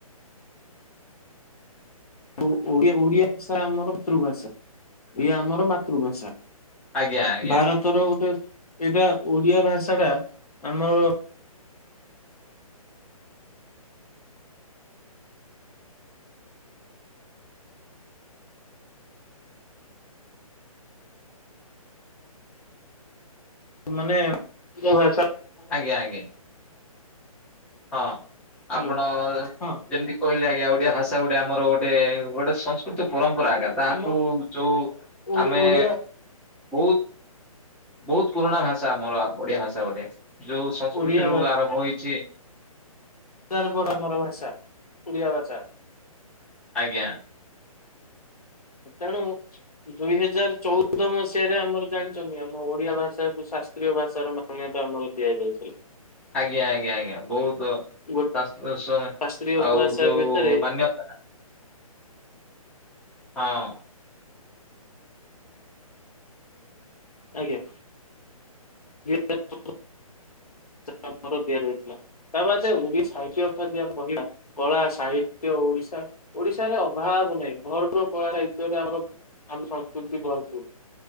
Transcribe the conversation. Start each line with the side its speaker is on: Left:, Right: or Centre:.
Left: ଓ ଓ ଓଡିଆ ଭାଷା ଆମର ମାତୃଭାଷା ଏ ଆମର ମାତୃଭାଷା।
Centre: ଆଜ୍ଞା ଆଜ୍ଞା
Left: ଭାରତର ଗୋଟେ ଏଇଟା ଓଡିଆ ଭାଷା ଟା ଆମର ମାନେ <unintelligible> ଭାଷା।
Centre: ଆଜ୍ଞା ଆଜ୍ଞା। ହଁ
Left: ହ୍ୟାଲୋ
Centre: ଆପଣ
Left: ହଁ
Centre: ଯେମ୍ତି କହିଲେ ଆଜ୍ଞା ଓଡିଆ ଭାଷା ଗୋଟେ ଆମର ଗୋଟେ ଗୋଟେ ସଂସ୍କୃତି ପରମ୍ପରା ଆକା। ତାହାକୁ
Left: ଆମ
Centre: ଯୋଉ
Left: ଓଡି
Centre: ଆମେ
Left: ଓଡିଆ
Centre: ବହୁତ୍ ବହୁତ୍ ପୁରୁଣା ଭାଷା ଆମର ଓଡିଆ ଭାଷା ଗୋଟେ ଯୋଉ ସଂସ୍କୃତିରୁ
Left: ଓଡିଆ
Centre: ଆରମ୍ଭ ହୋଇଛି।
Left: ତାର୍ ବଡ ଆମର ଭାଷା ଓଡ଼ିଆ ଭାଷା।
Centre: ଆଜ୍ଞା।
Left: ଉ ତେଣୁ ଦୁଇ ହଜାର ଚଉଦ ମସିହାରେ ଆମର ଜାଣିଚନ୍ତି ଆମ ଓଡିଆ ଭାଷା କୁ ଶାସ୍ତ୍ରୀୟ ଭାଷାର ମା ମାନ୍ୟତା ଆମର ଦିଆଯାଇଥିଲା।
Centre: ଆଜ୍ଞା ଆଜ୍ଞା ଆଜ୍ଞା ବହୁତ୍
Left: ଗୋଟେ
Centre: ଶାଶ୍ୱତ
Left: ଶାସ୍ତ୍ରୀୟ
Centre: ଆଉ
Left: ଭାଷା
Centre: ଯୋଉ
Left: ଭିତରେ
Centre: ମାନ୍ୟତା। ହଁ।
Left: ଆଜ୍ଞା। <unintelligible> ଆମର ଦିଆଯାଇଥିଲା। ତା ବାଦେ ଓଡି ସାହିତ୍ୟ ଅର୍ଥ ଯେ କହିଲା। କଳା ସାହିତ୍ୟ ଓଡିଶା ଓଡିଶାରେ ଅଭାବ ନାହିଁ ଭରପୂର କଳା ସାହିତ୍ୟରେ ଆମର ଆମ ସଂସ୍କୃତି ଭରପୁର